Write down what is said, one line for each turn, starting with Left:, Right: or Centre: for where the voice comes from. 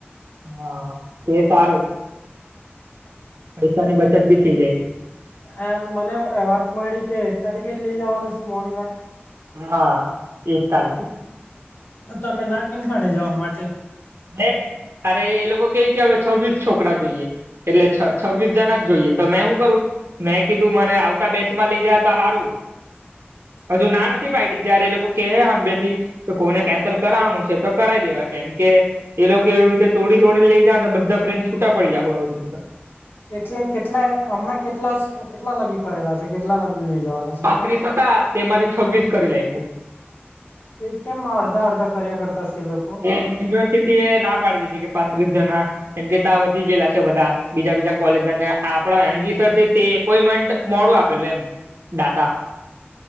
Right: હા એ સારું પૈસા ની બચત બી થઈ જાય
Left: હા મને વાત મળી કે એક તારીખે જ લઇ જવાનું છે મોહનગઢ
Right: હા એક તારીખે
Left: તો તમે ના કેમ પાડે જવા માટે
Right: એ અરે એ લોકો કઈ કે હવે છવ્વીસ છોકરા જોઈએ એટલે છ છવ્વીસ જણા જ જોઈએ તો મેં હુ કરું મેં કીધું મને આવતા બેચમાં લઈ જાહે તો હારું
Left: <inaudible>
Right: હજુ ના નથી પાડીઈ જયારે એ લોકો કેહે હમીથી કે કોઈને કેન્સલ કરવાનું છે તો કરાવી દેવા કેમ કે એ લોકો એવી રીતે તોડી તોડીને લઈ જવા નાં તો બધા ફ્રેન્ડ છૂટા પડી જહુ આવી રીતે તો
Left: એટલે કેટલા હમણાં કેટલાશ કેટલા લગીન કરેલા છે કેટલા લગીને લઇ જવાના છે
Right: ત્રીસ હતા તેમા થી છવ્વીસ કરી લાઈખુયું
Left: એ કેમ અડધા અડધા કર્યા કરતા શે એ લોકો
Right: યુનિવર્સિટી એ ના પાડી દીધી કે પાંત્રીસ જણા કેમ કે ત્યા વધી ગયેલા છે બધા બીજા બીજા કોલેજ નાને આપડ એમજી સર છે તે એપોઈન્ટમેન્ટ મોડું આપેલું એમ ડાટા